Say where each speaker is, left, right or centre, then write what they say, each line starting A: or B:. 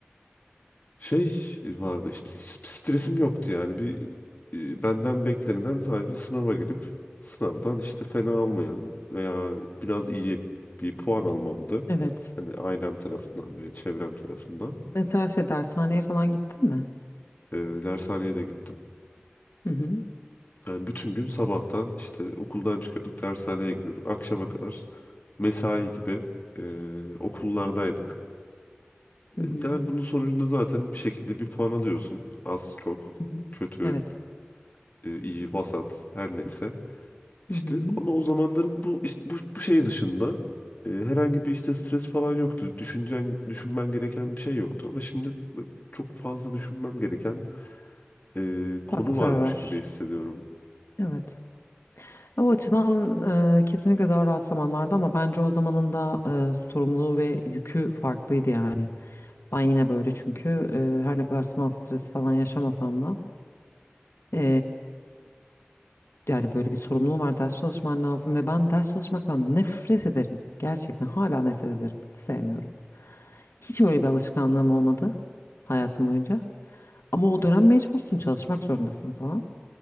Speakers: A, on the left; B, on the left.
A: şey vardı işte stresim yoktu yani bir e, benden beklenilen sadece sınava girip sınavdan işte fena olmayan veya biraz iyi bir puan almamdı.
B: Evet.
A: Hani ailem tarafından böyle çevrem tarafından.
B: Mesela şey dershaneye falan gittin mi?
A: Ee, dershaneye de gittim.
B: Hı hı
A: Yani bütün gün sabahtan işte okuldan çıkıyorduk, dershaneye gidiyorduk. Akşama kadar mesai gibi e, okullardaydık.
B: hı hı.
A: E, Yani bunun sonucunda zaten bir şekilde bir puan alıyorsun. Az, çok,
B: hı hı.
A: kötü,
B: Evet.
A: e, iyi, vasat her neyse. İşte
B: Hı hı.
A: ama o zamanların bu bu, bu şey dışında e, herhangi bir işte stres falan yoktu. Düşüncen, düşünmen gereken bir şey yoktu. Ama şimdi çok fazla düşünmem gereken e, konu
B: Faktör
A: varmış
B: var.
A: gibi hissediyorum.
B: Evet. O açıdan e, kesinlikle daha rahat zamanlardı ama bence o zamanın da e, sorumluluğu ve yükü farklıydı yani. Ben yine böyle çünkü e, her ne kadar sınav stresi falan yaşamasam da e, yani böyle bir sorumluluğum var ders çalışman lazım ve ben ders çalışmaktan nefret ederim. Gerçekten hala nefret ederim. Hiç sevmiyorum. Hiç öyle bir alışkanlığım olmadı hayatım boyunca. Ama o dönem mecbursun çalışmak zorundasın falan.